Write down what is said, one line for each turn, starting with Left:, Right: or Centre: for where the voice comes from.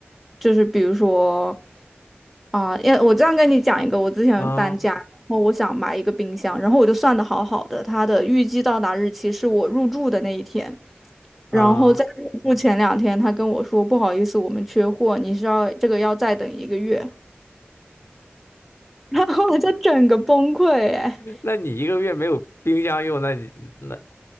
Centre: 就是比如说。啊，因为我这样跟你讲一个，我之前搬家，
Left: 啊
Centre: 然后我想买一个冰箱，然后我就算的好好的，它的预计到达日期是我入住的那一天，
Left: 啊，
Centre: 然后在入住前两天，他跟我说不好意思，我们缺货，你是要这个要再等一个月，<laughs> 然后我就整个崩溃哎，
Left: <laughs> 那你一个月没有冰箱用，那你那